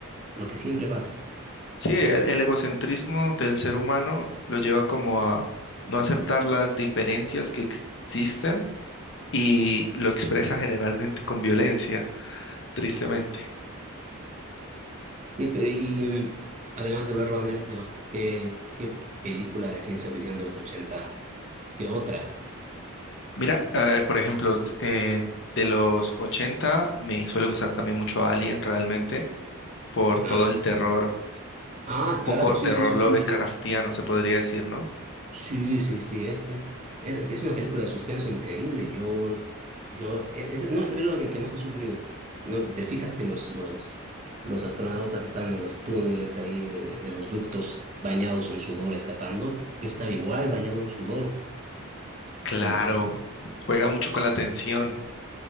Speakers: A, on the right (about 30°); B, on the left (about 55°).
A: lo que siempre pasa.
B: Sí, el, el egocentrismo del ser humano lo lleva como a no aceptar las diferencias que ex- existen y lo expresa generalmente con violencia, tristemente.
A: Y, pero- y em, además de Blade Runner, de los, ¿qué, qué película de ciencia ficción de los 80 ¿Qué otra?
B: Mira, a ver, por ejemplo, t- eh, de los 80 me suele gustar también mucho Alien realmente por todo
A: ah,
B: el terror,
A: ah,
B: un poco
A: claro, sí,
B: terror
A: sí, sí,
B: Lovecraftiano
A: sí, sí.
B: se podría decir, ¿no?
A: Sí, sí, sí, es, es, es, es que es una película de suspenso increíble. Yo, yo, e, es, no, es la película en que más he sufrido. No, te fijas que los, los, los astronautas están en los túneles ahí de, de los ductos bañados en sudor escapando. Yo estaba igual bañado en sudor.
B: Claro,
A: Era una cosa.
B: juega mucho con la tensión.